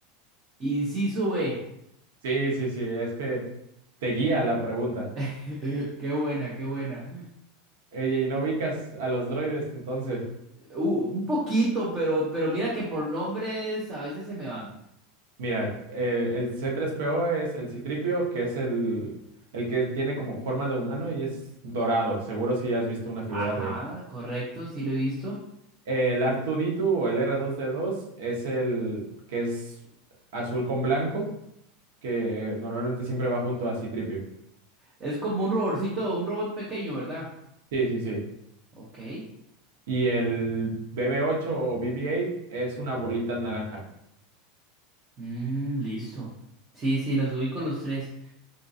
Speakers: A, on the right; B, on the right.
A: Inciso B.
B: Sí, sí, sí, es que te guía la pregunta.
A: <laughs> Qué buena, qué buena.
B: Oye, y no ubicas a los droides, entonces.
A: Uh, un poquito, pero, pero mira que por nombres a veces se me van.
B: Mira, eh, el C3PO es el Citripio, que es el, el que tiene como forma de humano y es dorado. Seguro si has visto una figura
A: Ajá,
B: de él.
A: correcto, sí lo he visto.
B: El r 2 o el r dos d dos es el que es azul con blanco, que normalmente siempre va junto a Citripio.
A: Es como un robotcito, un robot pequeño, ¿verdad?
B: Sí, sí, sí.
A: Ok.
B: Y el bb ocho o BB8 es una bolita naranja.
A: Mm, listo. Sí, sí, los ubico los tres.